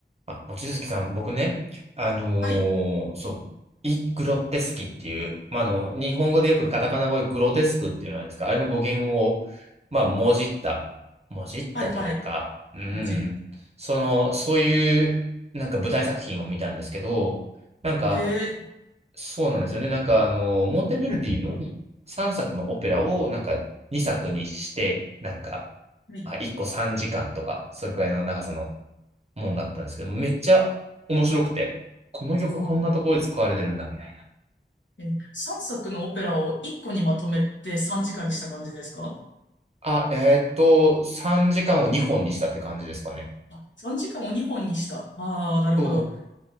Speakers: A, on the right (about 35°); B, on the left (about 80°).
A: あ、望月さん、僕ね、あのーそう、
B: はい。
A: イ・グロテスキっていう、まあ、あの、日本語でよくカタカナ語でグロテスクっていうのはですか、あれの語源を、まあ、もじった、もじったというか、
B: はいはい。
A: うん、
B: 一
A: その、そういう、なんか舞台作品を見たんですけど、なんか、
B: へえ、
A: そうなんですよね、なんか、あの、モンテヴェルディの3作のオペラを、なんか、2作にして、なんか、
B: はい。
A: まあ、1個3時間とか、それくらいの長さの、もんだったんですけど、めっちゃ面白くて、この曲こんなところで使われてるんだみたいな。
B: はい。えー、3作のオペラを1個にまとめて3時間にした感じですか
A: あ、えーっと、3時間を2本にしたって感じですかね。
B: あ、3時間を2本にした。ああ、なるほど。
A: そ